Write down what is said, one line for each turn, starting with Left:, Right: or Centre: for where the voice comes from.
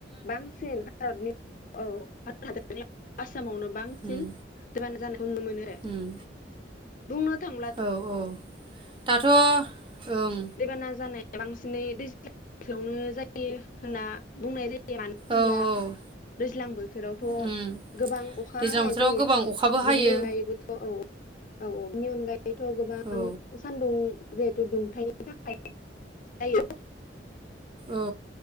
Left: बांसिन भारतनि औ भारत हादरनि आसामावनो बांसिन
Right: उम
Left: दैबाना जानाय खौ नुनो मोनो
Right: उम
Left: बुंनो थांब्लाथ'
Right: औ औ दाथ' ओं
Left: दैबाना जानाया बांसिनै दैज्लांआवनो जायो होनना बुंनाय जायो मानो होनब्ला
Right: औ औ
Left: दैज्लां बोथोरावथ'
Right: उम
Left: गोबां अखा
Right: दैज्लां
Left: हानाय
Right: बोथोराव
Left: जायो
Right: गोबां अखाबो हायो
Left: बेनि अनगायैबोथ' औ औ औ बेनि अनगायै बेथ' गोबां
Right: औ
Left: उम जिहेथु दुंथायनि थाखाय जायो
Right: औ